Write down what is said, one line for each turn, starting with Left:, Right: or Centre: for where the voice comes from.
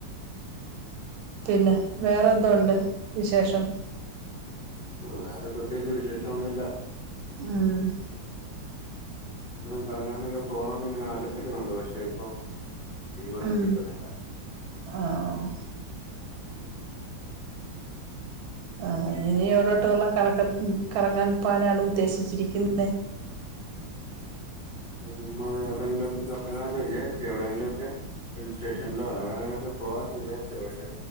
Right: പിന്നെ വേറെന്തോ ഉണ്ട് വിശേഷം?
Left: വേറെ പ്രത്യേകിച്ച് വിശേഷംന്നുല്ല.
Right: ഉം
Left: <unintelligible> കറങ്ങാനൊക്കെ പോണംന്ന് ഇങ്ങനെ ആലോചിക്കുന്നുണ്ട് പക്ഷെ ഇപ്പൊ ലീവൊന്നും
Right: ഉം
Left: കിട്ടുന്നില്ല.
Right: ആഹ് ആ ഇവടോട്ടുള്ള കറക്ക കറങ്ങാൻ പോവാനാണ് ഉദ്ദേശിച്ചിരിക്കുന്നെ
Left: നമ്മൾ എവിടെങ്കിലും ഒക്കെ കറങ്ങാമെന്നാ വിചാരിച്ചേ എവിടെയെങ്കിലും ഒക്കെ ഹിൽ സ്റ്റേഷനിലോ എ വിടെങ്കി ലൊക്കെ പോവാന്ന് വിചാരിച്ച് പക്ഷേ